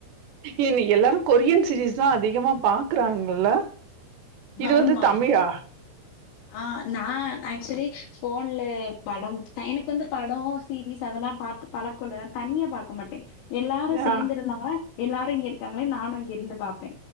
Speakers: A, on the right; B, on the left.
A: இன்னைக்கு எல்லாரு கொரியன் சீரீஸ் தான் அதிகமா பாக்குறாங்கல்ல இது
B: ஆமா
A: வந்து தமிழா
B: ஆ நா ஆக்சுவலி ஃபோன்லயே படம் எனக்கு வந்து படோ சீரிஸ் அதெல்லா பாத்து பழக்க இல்லல தனியா பாக்க மாட்டே எல்லாரு சேந்து
A: ஆ
B: இருந்தாங்கான எல்லாரு இங்க இருக்காங்களே நானு அங்க இருந்து பாப்பே